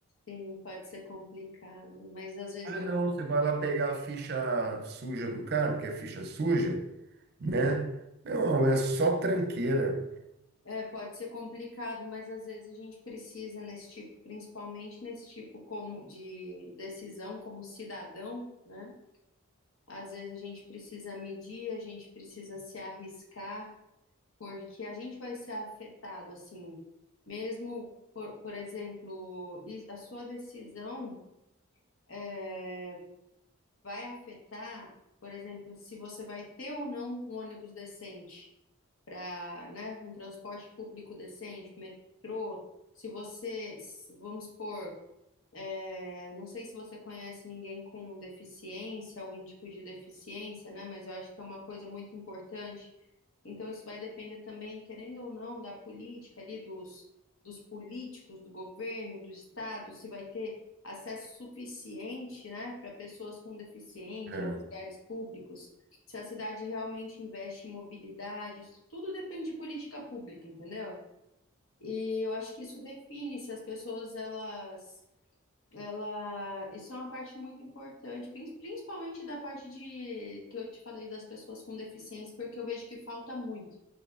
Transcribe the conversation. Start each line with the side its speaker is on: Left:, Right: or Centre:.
Left: Sim, pode ser complicado, mas às vezes
Right: Ah, não, você vai lá pegar a ficha suja do cara, porque é ficha suja, né? Não, é só tranqueira.
Left: é, pode ser complicado, mas às vezes a gente precisa nesse tipo, principalmente nesse tipo como de decisão como cidadão, né? Às vezes a gente precisa medir, a gente precisa se arriscar, porque a gente vai ser afetado, assim, mesmo por, por exemplo, is- a sua decisão. é, vai afetar, por exemplo, se você vai ter ou não um ônibus decente para, né, um transporte público decente, metrô, se você, s- vamos supor, é, não sei se você conhece ninguém com deficiência, algum tipo de deficiência, né? Mas eu acho que é uma coisa muito importante. Então, isso vai depender também, querendo ou não, da política ali, dos, dos políticos, do governo, do Estado, se vai ter acesso suficiente, né, para pessoas com deficiência
Right: É,
Left: aos lugares públicos, se a cidade realmente investe em mobilidade, isso tudo depende de política pública, entendeu? E eu acho que isso define se as pessoas elas ela, isso é uma parte muito importante, prin- principalmente da parte de que eu te falei das pessoas com deficiência, porque eu vejo que falta muito